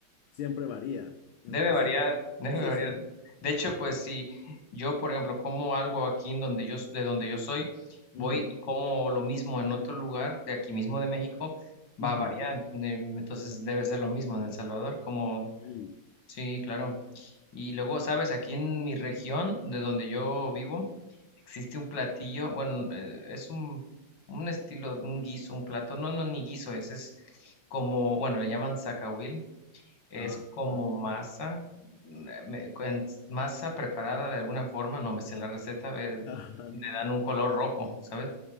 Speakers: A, on the left (about 80°); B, on the left (about 65°).
A: siempre varía. Entonces,
B: Debe variar, <laughs> debe
A: sí,
B: variar.
A: sí.
B: De hecho, pues si yo, por ejemplo, como algo aquí en donde yo, de donde yo soy, voy
A: ujú,
B: y como lo mismo en otro lugar de aquí mismo de México,
A: ujú.
B: va a variar. Em, Entonces debe ser lo mismo en El Salvador, como,
A: Y
B: sí, claro. Y luego, sabes, aquí en mi región, de donde yo vivo, existe un platillo, bueno, eh, es un, un estilo, un guiso, un plato, no, no, ni guiso, es, es como, bueno, le llaman zacahuil es
A: Ah,
B: como
A: ah,
B: masa, mm, eh, me- en- masa preparada de alguna forma, no me sé la receta, eh,
A: <laughs> ah,
B: le dan un color rojo, ¿sabes?